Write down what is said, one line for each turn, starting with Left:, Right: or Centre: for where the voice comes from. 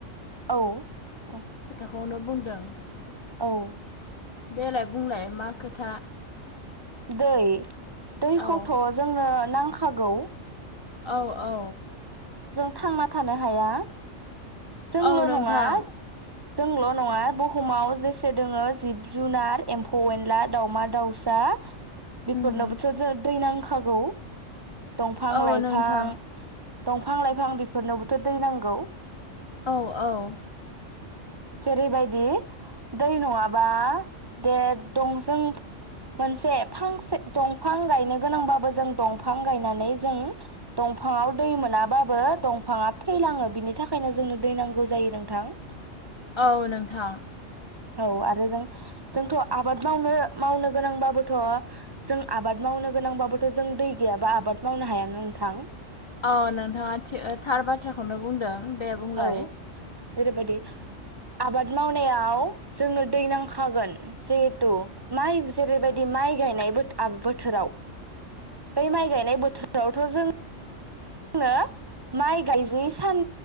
Right: औ औ
Left: खौनो बुंदों
Right: औ
Left: देलाय बुंलाय मा खोथा
Right: दै दैखौथ'
Left: औ
Right: जोंनो नांख गौ
Left: औ औ
Right: थांना थानो हाया जोंल'
Left: औ नोंथां
Right: नङा जोंल' नङा बुहुमाव जेसे दोङो जिब जुनार एम्फौ एनला दावमा दाउसा बेफोरनावबोथ'
Left: उम
Right: दै-दै नांखा खागौ दंफां
Left: औ
Right: लाइफां
Left: नोंथां
Right: दंफां लाइफां बेफोरनोबोथ' दै नांगौ
Left: औ औ
Right: जेरैबायदि दै नङाबा दे दं जों मोनसे फांसे दंफां गायनो गोनांबाबो जों दंफां गायनानै जों दंफाङाव दै मोनाबाबो दंफाङा थैलाङो बिनि थाखायनो जोंनो दै नांगौ जायो नोंथां
Left: औ नोंथां
Right: औ आरो जों जोंथ' आबाद मावनो मावनो गोनांबाबोथ' जों आबाद मावनो गोनांबाबोथ' जों दै गैयाबा आबाद मावनो हायाना नोंथां
Left: औ नोंथाङा थि ओ थार बाथ्राखौनो बुंदों दे बुंलाय
Right: औ जेरैबायदि आबाद मावनायाव जोंनो दै नांखागोन जे हेथु माइ जेरैबायदि बिदि माइ गायनाय बोथोराव बै माइ गायनाय बोथोरावथ' जों आङो माइ गायजै सान